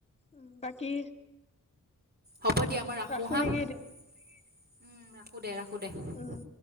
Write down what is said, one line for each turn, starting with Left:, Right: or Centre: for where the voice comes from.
Left: উ বাকী
Right: হব দিয়া মই ৰাখোঁ
Left: ৰাখো
Right: হা
Left: নেকি
Right: উম
Left: এতিয়া
Right: ৰাখো দে ৰাখো সুদে
Left: উম